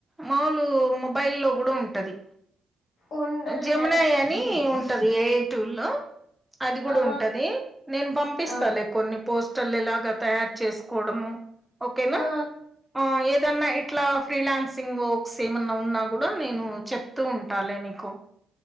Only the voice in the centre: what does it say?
మాములు మొబైల్ లో కూడా ఉంటది.
జమున
ఎ అని ఉంటది. ఏ టూ లో అది కూడా
ఉంటది. నేను పంపిస్తా
లే కొన్ని పోసు స్టర్లు ఎలాగా తయారు చేసుకోవడం. ఓకేనా
హా ఎఏ ఇట్లా ఫ్రీలాన్సింగ్ వర్క్స్ ఏమన్నా ఉన్నా కూడా నేను చెప్తూ ఉంటా లే నీకు